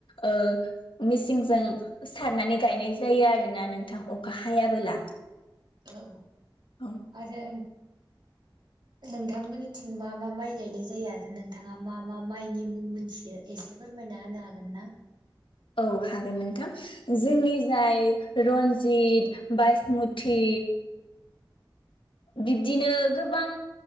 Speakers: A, on the left (about 80°); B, on the right (about 60°).
A: ओ मेसिंजों सारनानै गायनाय जायो आरोना नोंथां अखा हायाबोला।
B: औ
A: औ
B: आरो नोंथांमोननिथिं मा मा माइ गायनाय जायो आरो नोंथाङा मा मा माइनि मुं मोनथियो एसे फोरमायना होनो हागोन ना?
A: औ हागोन नोंथां <inaudible> जोंनि जाय रन्जित, बाइसमुथि बिब्दिनो गोबां